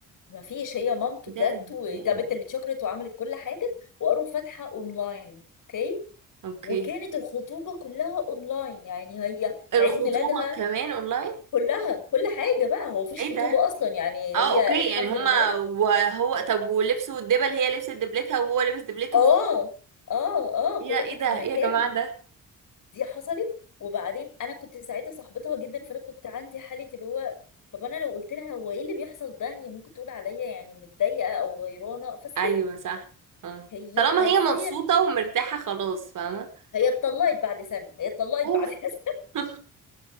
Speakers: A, on the left (about 70°); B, on the right (about 70°).
A: ما فيش هي مامته
B: ايه ده
A: جت
B: ازاي
A: وجابت اللي اتشكرت وعملت كل حاجة وقروا فاتحة اونلاين اوكي
B: اوكي
A: وكانت الخطوبة كلها اونلاين يعني هي
B: الخطوبة
A: عيد ميلادها
B: كمان اونلاين
A: كلها كل حاجة بقى هو مفيش
B: ايه
A: خطوبة
B: ده
A: اصلا يعني
B: اه
A: هي
B: اوكي
A: الحمد
B: يعني هما
A: لله
B: وهو طب ولبسوا الدبل هي لبست دبلتها وهو لبس دبلته
A: اه اه اه
B: يا
A: كل واحد
B: ايه ده
A: في مكانه
B: ايه يا جماعة ده
A: دي حصلت وبعدين انا كنت ساعتها صاحبتها جدا فانا كنت عندي حاله اللي هو طب انا لو قلت لها هو ايه اللي بيحصل ده هي ممكن تقول عليا يعني متضايقه او غيرانه فسكت
B: ايوه صح اه
A: هي
B: طالما
A: حرفيا
B: هي مبسوطة ومرتاحة خلاص فاهمة
A: هي اتطلقت بعد سنه هي اتطلقت
B: اوف
A: بعد <laughs> سنه
B: <laughs>